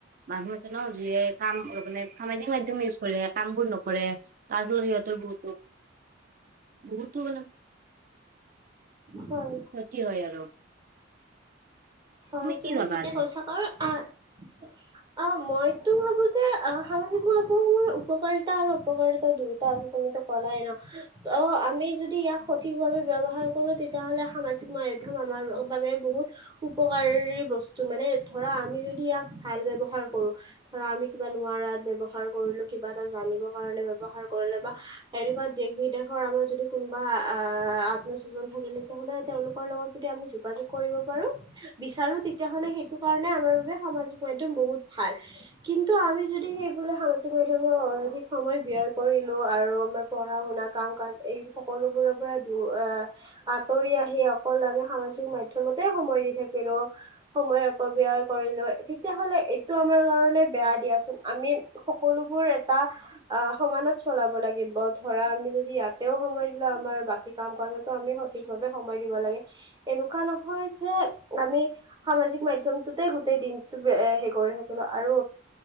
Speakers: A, on the right; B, on the right.
A: মানুহ আছে ন যিয়ে কাম মানে সামাজিক মাধ্যম ইউজ কৰে কাম বোৰ নকৰে তাৰ ফলত সিহঁতৰ বহুতো বহুতো মানে
B: হয়
A: ক্ষতি হয় আৰু।
B: হয়
A: কি
B: তুমি
A: ভাবা
B: ঠিকে
A: এনে
B: কৈছা, কাৰণ <unintelligible> অ, মইতো ভাবো যে আহ সামাজিক মাধ্যমৰ উপকাৰিতা আৰু উপকাৰিতা দুয়োটা আছে তুমিতো কলাই ন ত' আমি যদি ইয়াক সঠিকভাৱে ব্যৱহাৰ কৰো তেতিয়াহলে সামাজিক মাধ্যম আমাৰ বাবে বহুত উপকাৰী বস্তু মানে, ধৰা আমি যদি ইয়াক ভাল ব্যৱহাৰ কৰোঁ। ধৰা আমি কিবা নোৱাৰাত ব্যৱহাৰ কৰিলো, কিবা এটা জানিবৰ কাৰণে ব্যৱহাৰ কৰিলো, বা এনেকুৱা দেশ-বিদেশৰ আমাৰ যদি কোনোবা আহ আত্মীয়স্বজন থাকে তেতিয়াহ'লে তেওঁলোকৰ লগত যদি আমি যোগাযোগ কৰিব পাৰোঁ। বিচাৰো তেতিয়াহলে সেইটো কাৰণে আমাৰ বাবে সামাজিক মাধ্যম বহুত ভাল, কিন্তু আমি যদি সেইবুলি সামাজিক মাধ্যমত অধিক সময় ব্যয় কৰিলো আৰু আমাৰ পঢ়া শুনা কাম কাজ এই সকলোবোৰৰ পৰা দূ আ, আঁতৰি আহি অকল আমি সামাজিক মাধ্যমতে সময় দি থাকিলো, সময় অপব্যয় কৰিলোঁ। তেতিয়াহলে এইটো আমাৰ কাৰণে বেয়া দিয়াচোন আমি সকলোবোৰ এটা আহ সমানত চলাব লাগিব। ধৰা আমি যদি ইয়াতেও সময় দিলোঁ, আমাৰ বাকী কাম-কাজতো আমি সঠিক ভাৱে সময় দিব লাগে। এনেকুৱা নহয় যে আমি সামাজিক মাধ্যমটোতে গোটেই দিনটো হে কৰি থাকিলোঁ, আৰু